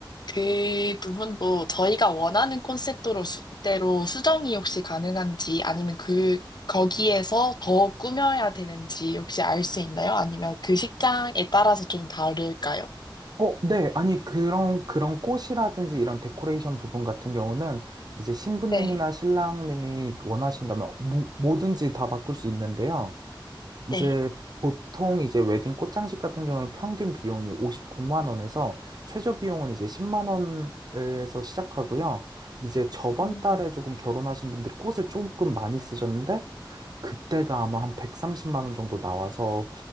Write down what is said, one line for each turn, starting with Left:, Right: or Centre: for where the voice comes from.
Left: 그 부분도 저희가 원하는 콘셉트로 수, 대로 수정이 혹시 가능한지, 아니면 그, 거기에서 더 꾸며야 되는지 혹시 알 수 있나요? 아니면 그 식장에 따라서 좀 다를까요?
Right: 어, 네. 아니, 그런, 그런 꽃이라든지 이런 데코레이션 부분 같은 경우는 이제 신부님이나
Left: 네,
Right: 신랑님이 원하신다면 무, 뭐든지 다 바꿀 수 있는데요. 이제
Left: 네.
Right: 보통 이제 웨딩 꽃장식 같은 경우는 평균 비용이 59만 원에서 최저 비용은 이제 10만 원에서 시작하고요. 이제 저번
Left: 음,
Right: 달에 조금 결혼하신 분들이 꽃을 조금 많이 쓰셨는데 그때가 아마 한 130만 원 정도 나와서